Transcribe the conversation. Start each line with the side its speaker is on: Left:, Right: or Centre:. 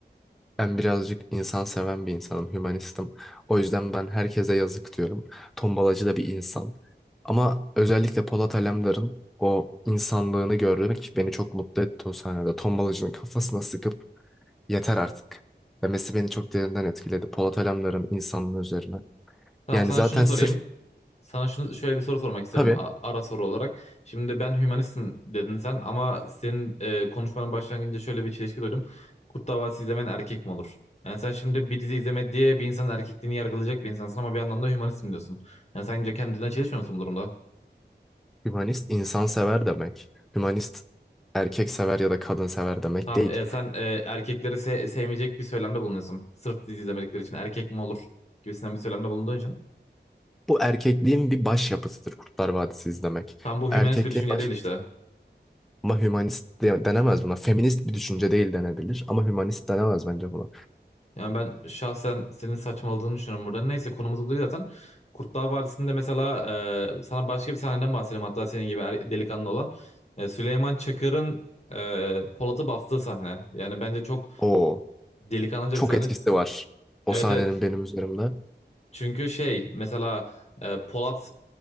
Centre: Ben birazcık insan seven bir insanım, hümanistim. O yüzden ben herkese yazık diyorum. Tombalacı da bir insan. Ama özellikle Polat Alemdar'ın o insanlığını görmek beni çok mutlu etti o sahnede. Tombalacının kafasına sıkıp Yeter artık. Demesi beni çok derinden etkiledi. Polat Alemdar'ın insanlığı üzerine.
Left: Tamam
Centre: Yani
Left: sana
Centre: zaten
Left: şunu sorayım.
Centre: sırf
Left: Sana şunu şöyle bir soru sormak istiyorum
Centre: tabii
Left: a- ara soru olarak. Şimdi ben hümanistim dedin sen ama senin e, konuşmanın başlangıcında şöyle bir çelişki duydum. Kurt Davası izlemen erkek mi olur? Yani sen şimdi bir dizi izleme diye bir insanın erkekliğini yargılayacak bir insansın ama bir yandan da hümanistim diyorsun. Yani sence kendine çelişmiyor musun bu durumda?
Centre: hümanist insansever demek. Hümanist erkek sever ya da kadın sever demek
Left: Tamam
Centre: değil.
Left: e, sen e, erkekleri se- sevmeyecek bir söylemde bulunuyorsun. Sırf dizi izlemedikleri için erkek mi olur gibisinden bir söylemde bulunduğun için.
Centre: Bu erkekliğin bir başyapıtıdır Kurtlar Vadisi izlemek.
Left: Tam bu
Centre: Erkekliğin
Left: hümanist bir düşünce
Centre: başyapıtı.
Left: değil işte.
Centre: Ama hümanist de- denemez buna. Feminist bir düşünce değil denebilir ama hümanist denemez bence buna.
Left: Yani ben şahsen senin saçmaladığını düşünüyorum burada. Neyse konumuz bu değil zaten. Kurtlar Vadisi'nde mesela e, sana başka bir sahneden bahsedeyim hatta senin gibi er- delikanlı olan. E, Süleyman Çakır'ın e, Polat'ı bastığı sahne. Yani bence çok
Centre: O
Left: delikanlıca
Centre: çok
Left: bir sahne.
Centre: etkisi var o
Left: Evet
Centre: sahnenin
Left: evet.
Centre: benim üzerimde.
Left: Çünkü şey mesela e, Polat